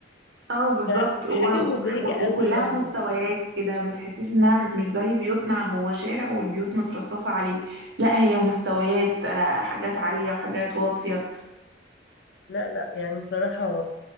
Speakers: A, on the right; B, on the left.
A: اه بالظبط
B: فحاجة
A: و... و...
B: مبهجة قوي
A: وكلها
B: يعني
A: مستويات كده ما تحسيش انها مش زي بيوتنا هو شارع والبيوت مترصصه عليه لا هي مستويات آه، حاجات عاليه وحاجات واطيه
B: لا لا يعني صراحة